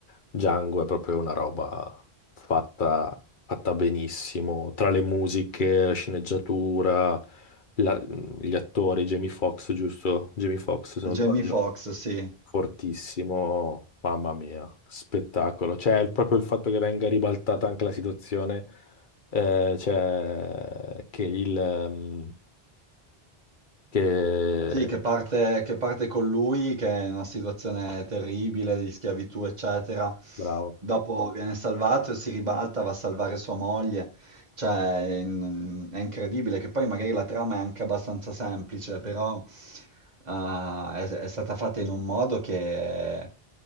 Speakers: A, on the left; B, on the right.
A: Django è proprio una roba fatta, fatta benissimo, tra le musiche, sceneggiatura, la- gli attori, Jamie Foxx, giusto? Jamie Foxx, se non
B: Jamie
A: sbaglio
B: Foxx, sì.
A: fortissimo, mamma mia, spettacolo. Cioè, il- proprio il fatto che venga ribaltata anche la situazione, eh, cioè, che il... ehm, che...
B: Sì, che parte, che parte con lui, che è in una situazione terribile di schiavitù, eccetera.
A: Bravo.
B: Dopo viene salvato e si ribalta, va a salvare sua moglie. Cioè, è, in- è incredibile, che poi magari la trama è anche abbastanza semplice, però eh, è è stata fatta in un modo che è